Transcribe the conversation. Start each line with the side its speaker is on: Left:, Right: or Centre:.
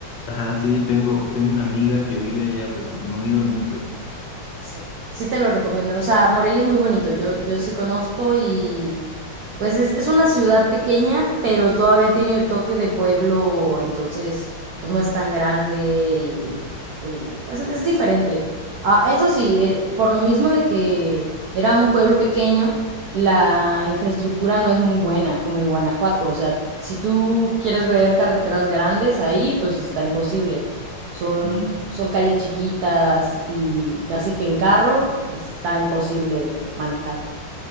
Left: Ah, sí, tengo, tengo una amiga que vive allá, pero no he ido nunca.
Right: Sí. Sí te lo recomiendo. O sea, Morelia es muy bonito. Yo, yo sí conozco y pues es, es una ciudad pequeña, pero todavía tiene toque de pueblo, entonces pues no es tan grande y, y, pues es diferente. Ah, eso sí, eh, por lo mismo de que era un pueblo pequeño, la infraestructura no es muy buena como en Guanajuato. O sea, si tú quieres ver carreteras grandes ahí, pues está imposible. Son,
Left: Mm.
Right: son calles chiquitas y casi que en carro está imposible de manejar.